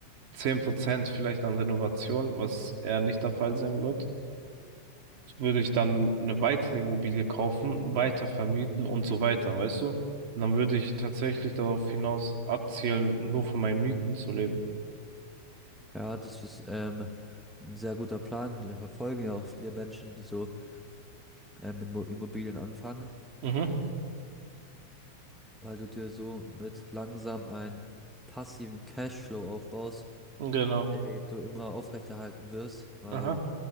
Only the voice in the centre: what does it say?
Ja, das ist ähm, ein sehr guter Plan. Den verfolgen ja auch viele Menschen, die so ähm, mit Mo- Immobilien anfangen,
weil du dir so mit langsam einen passiven Cashflow aufbaust,
den du immer aufrechterhalten wirst, weil